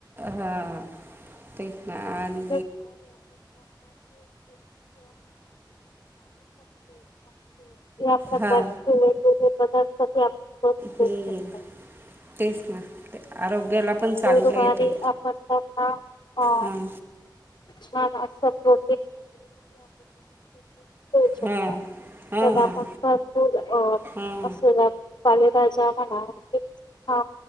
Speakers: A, on the right; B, on the left.
A: हा. <unintelligible>
B: <unintelligible> <unintelligible> या प्रकारची
A: हां
B: <unintelligible> पदार्थ <unintelligible> देऊ
A: ह.
B: शकतो.
A: तेच, ना. आरोग्याला पण चांगलं
B: गुरुवारी
A: आहे ते
B: <unintelligible>
A: हां
B: छान असं <unintelligible> <unintelligible> शकतो
A: हां हां
B: पण आपण पण दूध अ
A: हां
B: अस पालेभाज्या म्हणा. <unintelligible> ह.